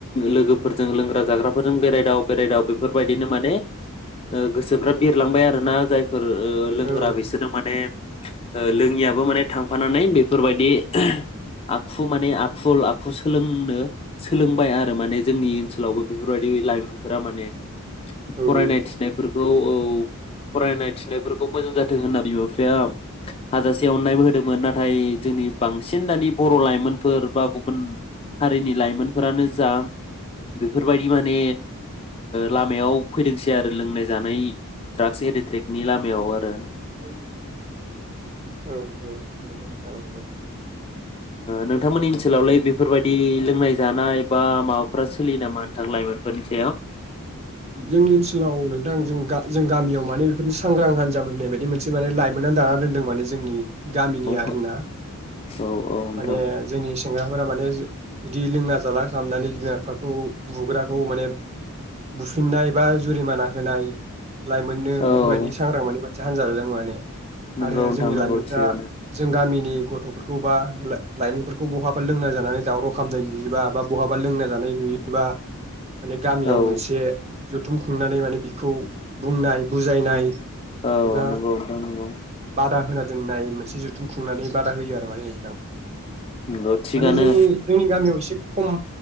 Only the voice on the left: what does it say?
लोगोफोरजों लोंग्रा जाग्रा फोरजों बेरायदाव बेरायदाव बेफोरबायदिनो माने गोसोफ्रा बिरलांबाय आरोोना। जाय फोर लोंग्रा
बिसोरो माने। लोङियाबो माने थांफानानै, बेफोरबायदि आखु माने आखुल आखु सोलोंनो सोलोंबाय आरो माने जोंनि ओनसोलावबो बेफोरबायदि। लाइमोनफोरा माने
फरायनाय थिनायफोरखौ औ फरायनाय थिनायफोरखौ मोजां जाथों होनना बिमा बिफाया हाजासे अननायबो होदोंमोन नाथाय, जोंनि बांसिन दानि बर' लाइमोनफोर बा गुबुन हारिनि लाइमोनफोरानो जा बेफोरबायदि बिदि माने लामायाव फैदोंसै आरो लोंनाय जानाय ट्राक्स एरिट्रिकनि लामायाव आरो।
नोंथांमोननि ओनसोलावलाय बेफोरबायदि लोंनाय जानाय बा माबाफोरा सोलियो नामा नोंथां लाइमोनफोरनि सायाव
औ
औ औ नोंथां
औ
नंगौ
नोंथां
नंगौ
थिगानो
औ
औ
नंगौ द नंगौ ।
नंगौ थिगानो